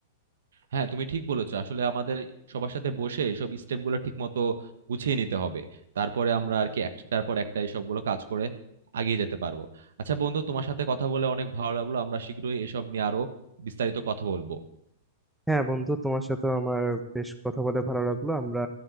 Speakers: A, on the right; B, in the centre.
A: হ্যাঁ তুমি ঠিক বলেছো আসলে আমাদের সবার সাথে বসে সব স্টেপ গুলো ঠিক মতো গুছিয়ে নিতে হবে তারপরে আমরা আর কি একটার পর একটা এসব গুলো কাজ করে এগিয়ে যেতে পারবো আচ্ছা বন্ধু তোমার সাথে কথা বলে অনেক ভালো লাগলো আমরা শীঘ্রই এসব নিয়ে আরো বিস্তারিত কথা বলবো
B: হ্যাঁ বন্ধু তোমার সাথে আমার বেশ কথা বলে ভালো লাগলো আমরা